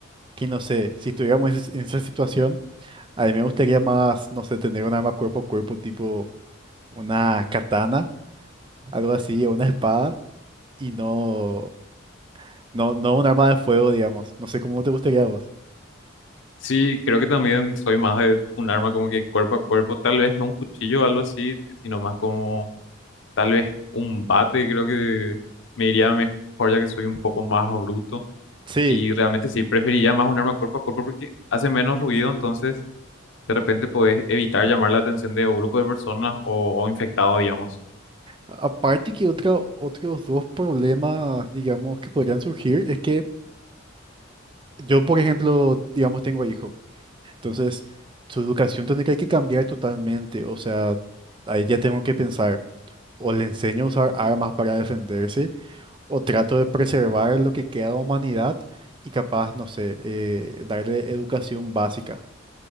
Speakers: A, on the right; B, on the left.
A: que no sé, si estuviéramos en esa en esa situación, a mí me gustaría más, no sé, tener un arma cuerpo a cuerpo tipo una katana, algo así, o una espada, y no, no, no un arma de fuego, digamos. No sé cómo te gustaría a vos.
B: Sí, creo que también soy más de un arma como que cuerpo a cuerpo, tal vez no un cuchillo o algo así, sino más como tal vez un bate, creo que me iría mejor ya que soy un poco más bruto.
A: Sí.
B: Y realmente sí, preferiría más un arma cuerpo a cuerpo porque hace menos ruido, entonces de repente podés evitar llamar la atención de un grupo de personas o, o infectados, digamos.
A: Aparte que otro, otros dos problemas, digamos, que podrían surgir es que yo, por ejemplo, digamos, tengo hijo. Entonces, su educación tendría que cambiar totalmente. O sea, ahí ya tengo que pensar, o le enseño a usar armas para defenderse, o trato de preservar lo que queda de humanidad y capaz, no sé, eh, darle educación básica.